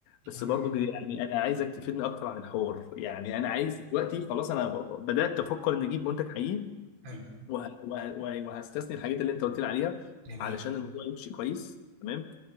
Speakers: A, on the left; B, on the right.
A: بس
B: ولا
A: برضو
B: اي حاجه
A: يعني انا عايزك تفيدني اكتر عن الحوار يعني انا عايز دلوقتي خلاص انا ب- بدات افكر ان اجيب منتج حقيقي
B: حلو
A: وه... وه... وه- وهستثني الحاجات اللي انت قلت لي عليها
B: جميل
A: علشان الموضوع يمشي كويس تمام